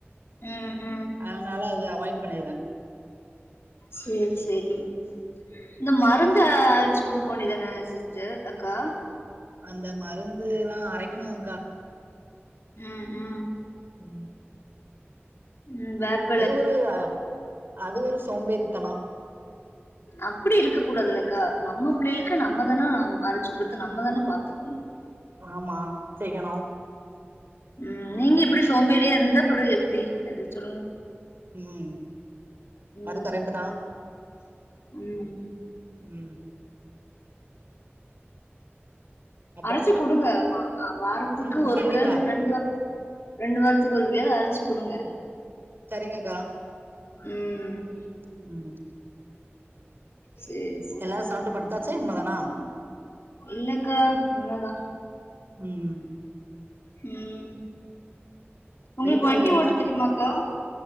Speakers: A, on the left; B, on the right.
A: ம் ம் ம்
B: அதுனால இத அவாய்ட் பண்ணிருவே
A: சேரி சேரி இந்த மருந் த அரச்சு குடுக்க வேண்டியதான சிஸ்டர் அக்கா
B: அந்த மருந்து எல்லா அரைக்கணுக்கா
A: ம் ம்
B: ம்
A: ம் வேப்
B: அது ஒரு அ அது ஒரு சோம்பேறித்தனோ
A: அப்பிடி இருக்க கூடாதுல்லக்கா நம்ம பிள்ளைகளுக்கு நம்ம தான அம் அரச்சு குடுத்து நம்ம தான பாத்துக்கணு
B: ஆமா செய்யணு
A: ம் நீங்க இப்டி சோம்பேறியா இருந்தா அப்பறோ எப்டி அதய சொல்லுங்க
B: ம்
A: ம்.
B: அது கரக்ட்டு தா
A: ம்
B: ம் அப்புறோ
A: அரச்சு குடுங்க அ வாரத்துக்கு
B: ம்
A: ஒருக்க
B: கண்டிப்பா
A: இல் ரெண்டு வாரத் ரெண்டு வாரத்துக்கு ஒருக்கயாது அரச்சு குடுங்க
B: சரிங்கக்கா
A: ம்
B: ம்
A: சேரி
B: எல்லாரு சாப்ட்டு படுத்தாச்சா இனிமே தானா
A: இல்லக்கா இனிமே தா
B: ம்
A: ம் உங்ளுக்
B: லேட் ஆகுதுல்லக்கா
A: வண்டி ஓட்ட தெரியுமாக்கா